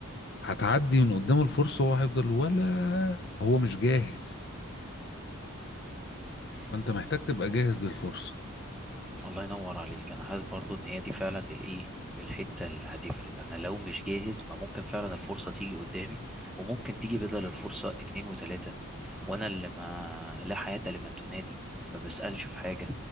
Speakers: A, on the left (about 50°); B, in the centre.
A: هتعدي من قدامه الفرصة وهو هيفضل ولا هو مش جاهز
B: مم.
A: فأنت محتاج تبقى جاهز للفرصة
B: الله ينور عليك انا حاسس برضو ان هي دي فعلا الايه الحتة اللي هتفرق انا لو مش جاهز ما ممكن فعلا الفرصة تيجي قدامي وممكن تيجي بدل الفرصة اتنين وتلاتة وانا اللي ما لا حياة لمن تنادي ما بسألش في حاجة